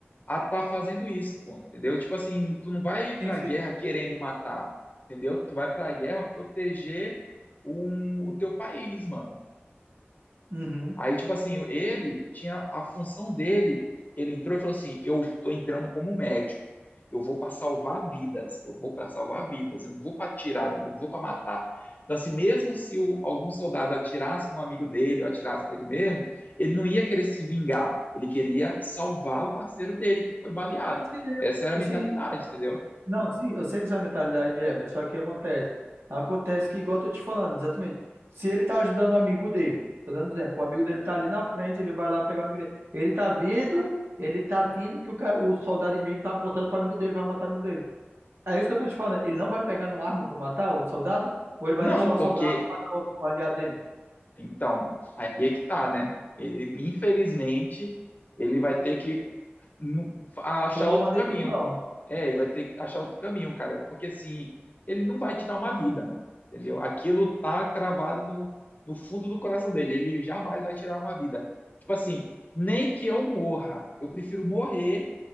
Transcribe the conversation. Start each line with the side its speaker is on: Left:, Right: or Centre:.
Left: a estar fazendo isso, pô, entendeu? Tipo assim, tu não vai pra
Right: Sim, sim.
Left: guerra querendo matar, entendeu? Tu vai pra guerra proteger um, o teu país, mano.
Right: Uhum.
Left: Aí, tipo assim, ele tinha a função dele. Ele entrou e falou assim: Eu tô entrando como médico. Eu vou para salvar vidas. Eu vou para salvar vidas. Eu não vou para tirar a vida. Eu não vou para matar. Então, assim, mesmo se o- algum soldado atirasse no amigo dele ou atirasse nele mesmo, ele não ia querer se vingar. Ele queria salvar o parceiro dele que foi baleado.
Right: Sim,
Left: Essa
Right: eu-
Left: era a mentalidade,
Right: sim,
Left: entendeu?
Right: Não, sim, eu sei que essa mentalidade é, mas só que acontece. Acontece que, igual eu tô te falando, exatamente. Se ele tá ajudando o amigo dele, tô dando um exemplo, o amigo dele tá ali na frente, ele vai lá pegar o amigo dele. Ele tá vindo, ele tá vindo que o, ca- o soldado inimigo tá apontando pro amigo dele, vai matar o amigo dele. É isso que eu tô te falando. Ele não vai pegar numa arma pra matar o soldado? Ou ele vai
Left: Não,
Right: deixar
Left: porque,
Right: o soldado matar o o aliado dele?
Left: então, aí é que tá, né? Ele, infelizmente, ele vai ter que não- a achar
Right: Tomar
Left: outro
Right: uma
Left: caminho.
Right: decisão.
Left: É, ele vai ter que achar outro caminho, cara, porque assim, ele não vai tirar uma vida, mano, entendeu? Aquilo tá cravado no, no fundo do coração dele, ele jamais vai tirar uma vida. Tipo assim, nem que eu morra, eu prefiro morrer